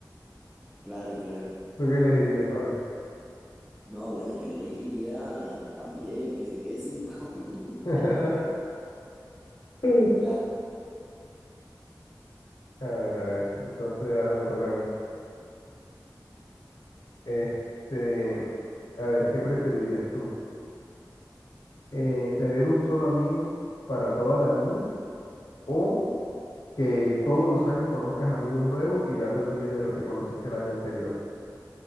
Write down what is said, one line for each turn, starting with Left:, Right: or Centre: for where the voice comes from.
Centre: Claro, claro.
Left: ¿Tú qué elegirías, Babe?
Centre: No, bueno, yo elegiría también que se quede sin comida.
Left: <laughs>
Centre: <laughs>
Left: Sí.
Centre: Claro.
Left: A ver, a ver. Entonces, ahora me toca a mí. Este, a ver, ¿qué preferirías tú? Eh, ¿tener un solo amigo para toda la vida o que todos los años conozcas amigos nuevos y que ya te olvides de los que conociste el año anterior?